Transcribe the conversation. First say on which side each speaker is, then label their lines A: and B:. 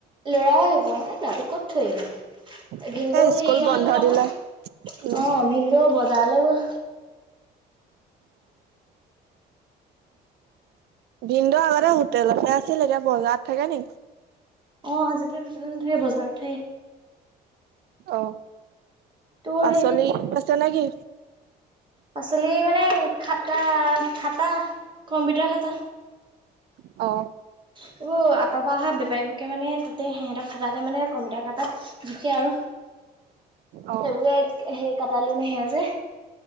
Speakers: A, on the right (about 30°); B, on the right (about 70°).
A: ল'ৰাও আহিব এ দাদু ক'ত থৈ আহিব ন
B: তাকে
A: ভিনদে
B: স্কুল
A: হেৰিয়লে
B: বন্ধ
A: গ'ল আকৌ
B: দিলে উম
A: অ ভিনদে বজাৰলে গ'ল
B: ভিনন্দু আগতে হোটেলহে আছিল এতিয়া বজাৰত থাকে নেকি
A: অ আজিকালি হোটেল নাথাকে বজাৰত থে
B: অ
A: তোৰ
B: পাচলি
A: সেই
B: আছে নে কিি
A: পাচলি খাতা খাতা কম্পিউটাৰ খাতা!
B: অ
A: এইটো আতৰ পৰা অহ বেপাৰীোৰ মানে তাতে সিহঁতৰ খাতাতে মানে কমিতা কটাত জুখে আৰু
B: অ
A: সেইবৰেে হেই কটালো নাহে যে